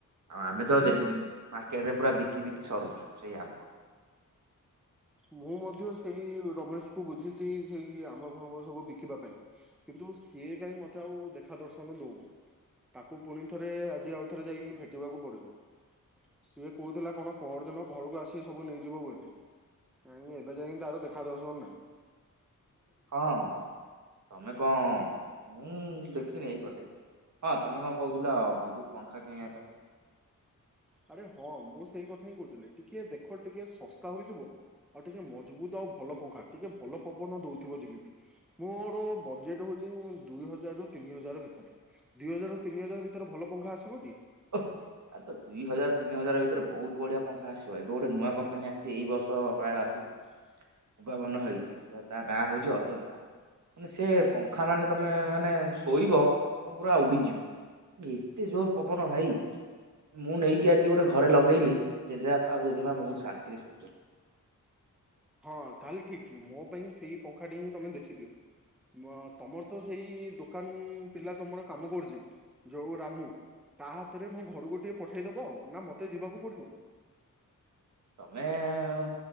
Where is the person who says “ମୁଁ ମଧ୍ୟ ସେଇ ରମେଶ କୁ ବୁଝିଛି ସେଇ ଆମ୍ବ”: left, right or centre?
Centre